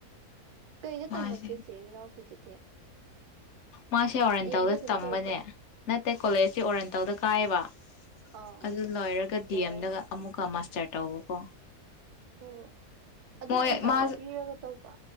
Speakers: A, on the right; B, on the left.
A: ꯀꯩꯗ
B: ꯃꯥꯁꯦ
A: ꯇꯝꯃꯛꯀꯦꯁꯦ ꯏꯅꯥꯎꯄꯤꯗꯨꯗꯤ
B: ꯃꯥꯁꯦ ꯑꯣꯔꯦꯟꯇꯦꯜꯗ
A: ꯗꯤ ꯑꯦꯝꯗ ꯑꯗꯨꯝ
B: ꯇꯝꯕꯅꯦ
A: ꯇꯧꯕ꯭ꯔꯣ
B: ꯅꯠꯇꯦ ꯀꯣꯂꯦꯖꯇꯤ ꯑꯣꯔꯦꯟꯇꯜꯗ ꯀꯥꯏꯌꯦꯕ
A: ꯑꯥ
B: ꯑꯗꯨ ꯂꯣꯏꯔꯒ ꯗꯤ
A: ꯑꯣ
B: ꯑꯦꯝꯗꯒ ꯑꯃꯨꯛꯀ ꯃꯥꯁꯇꯔ ꯇꯧꯕꯀꯣ
A: ꯑꯣ ꯑꯗꯨꯝ
B: ꯃꯣꯏ
A: ꯑꯦꯟꯇ꯭ꯔꯥꯟꯁ
B: ꯃꯥ
A: ꯄꯤꯔꯒ ꯇꯧꯕ